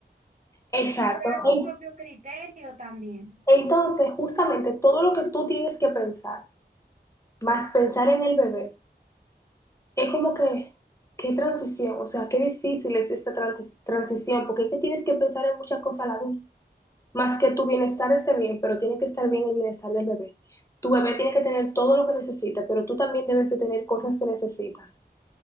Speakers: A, on the left; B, on the right.
A: Exacto.
B: y crear tu
A: En-
B: propio criterio también.
A: Entonces, justamente todo lo que tú tienes que pensar, más pensar en el bebé, es como que, qué transición, o sea, qué difícil es esta transi- transición, porque es que tienes que pensar en muchas cosas a la vez, más que tu bienestar esté bien, pero tiene que estar bien el bienestar del bebé. Tu bebé tiene que tener todo lo que necesita, pero tú también debes de tener cosas que necesitas.